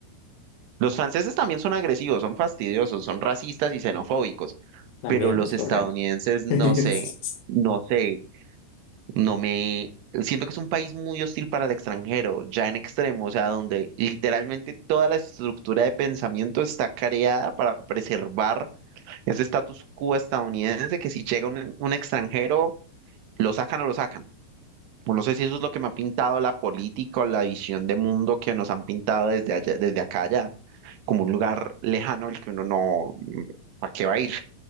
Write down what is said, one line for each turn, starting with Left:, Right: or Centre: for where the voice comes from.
Right: Los franceses también son agresivos, son fastidiosos, son racistas y xenofóbicos,
Left: También
Right: pero los
Left: es correcto.
Right: estadounidenses no
Left: <laughs>
Right: sé,
Left: Sí,
Right: no sé. No me... Siento que es un país muy hostil para el extranjero, ya en extremo, o sea, donde literalmente toda la estructura de pensamiento está creada para preservar ese status quo estadounidense que si llega un, un extranjero, lo sacan o lo sacan. O No sé si eso es lo que me ha pintado la política o la visión de mundo que nos han pintado desde allá, desde acá allá, como un lugar lejano al que uno no, ¿para qué va a ir?